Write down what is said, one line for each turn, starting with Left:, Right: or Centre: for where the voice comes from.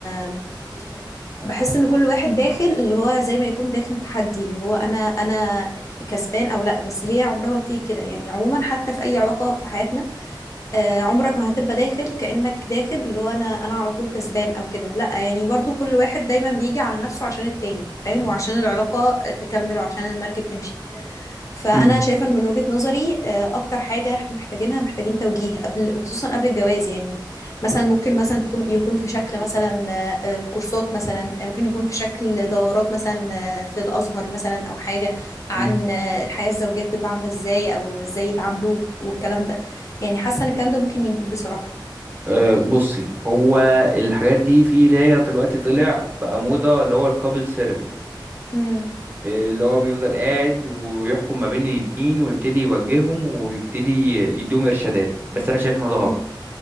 Left: آم، بحس إن كل واحد داخل اللي هو زي ما يكون داخل تحدي اللي هو أنا أنا كسبان أو لأ بس هي عمرها ما بتيجي كده يعني عموما حتى في أي علاقة في حياتنا آه، عمرك ما هتبقى داخل كأنك داخل اللي هو انا انا على طول كسبان او كده لا يعني برضو كل واحد دايما بيجي على نفسه عشان التاني فاهم وعشان العلاقة تكمل وعشان المركب تمشي فانا
Right: مم.
Left: شايفة إن من وجهة نظري آه، اكتر حاجة احنا محتاجينها محتاجين توجيه قبل وخصوصا قبل الجواز يعني مثلا ممكن مثلا تكون يكون في شكل مثلا آه، آه، كورسات مثلا آه، ممكن يكون في شكل دورات مثلا آه، في الازهر مثلا او حاجة عن
Right: مم.
Left: آه، الحياة الزوجية بتبقى عاملة ازاي او ازاي يتعاملوا والكلام ده يعني حاسة ان الكلام ده ممكن يجيب بصراحة
Right: أه بصي هو الحاجات دي في اللي هي دلوقتي طلع بقى موضة اللي هو الكابل ثيرابي
Left: امم
Right: اللي هو بيفضل قاعد ويحكم ما بين الاتنين ويبتدي يوجههم ويبتدي يديهم ارشادات بس انا شايف انه ده غلط
Left: امم